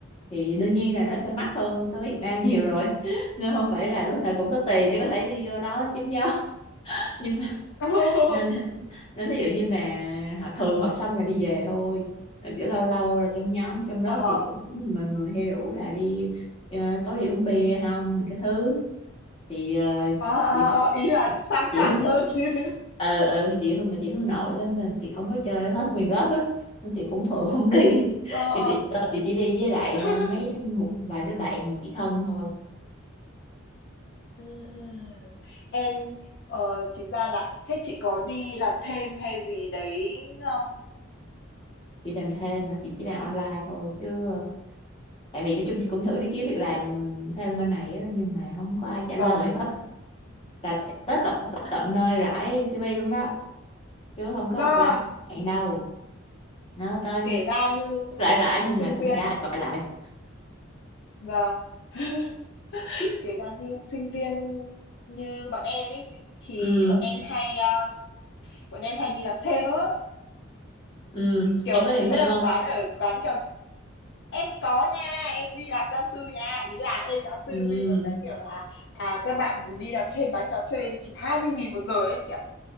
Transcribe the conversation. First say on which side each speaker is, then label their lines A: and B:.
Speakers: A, on the left (about 30°); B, on the left (about 60°).
A: thì đương nhiên là nó sẽ mắc hơn so với Việt Nam nhiều rồi <laughs> nên không phải là lúc nào cũng có tiền để có thể đi vô đó chém gió <laughs> nhưng mà
B: <laughs>
A: nên nên ví dụ như mà họ thường họp xong là đi về thôi rồi kiểu lâu lâu là trong nhóm trong
B: ờ
A: lớp thì cũng mọi người hay rủ là đi ờ, tối đi uống bia không mà cái thứ thì ờ,
B: ờ ờ
A: chị
B: ờ, ý là sang
A: chị
B: chảnh
A: Hương
B: hơn <laughs>
A: ừ ừ thì chị Hương mà chị Hương nội lắm nên chị không có chơi hết nguyên lớp á nên chị cũng thường không đi <laughs>
B: ờ ờ
A: thì chị chị chỉ đi với lại
B: <laughs>
A: ờ, mấy một vài đứa bạn mà chị thân thôi
B: ừ, ừ. em ờ, chính ra là thế chị có đi làm thêm hay gì đấy không
A: chị làm thêm mà chị chỉ làm online thôi chứ ờ, tại vì nói chung thì cũng thử đi kiếm việc làm thêm bên này á, nhưng mà không có ai trả
B: vâng
A: lời hết là tới tận tới tận nơi rải CV luôn đó chứ không
B: vâng
A: có apply bạn đâu nó tới
B: kể ra như
A: rải rải nhưng
B: sinh
A: mà cũng
B: viên
A: chả ai gọi lại
B: vâng <laughs>
A: <laughs>
B: kể ra như sinh viên như bọn em ý thì
A: ừ
B: bọn em hay um, bọn em hay đi làm thêm lắm á
A: ừ
B: kiểu
A: em có tìm
B: chị biết
A: thêm không
B: không bán ở quán cà em có nha em đi làm gia sư nha ý là em đã tư
A: ừ
B: duy một cái kiểu là à các bạn đi làm thêm bán cà phê chỉ hai mươi nghìn một giờ ấy chị ạ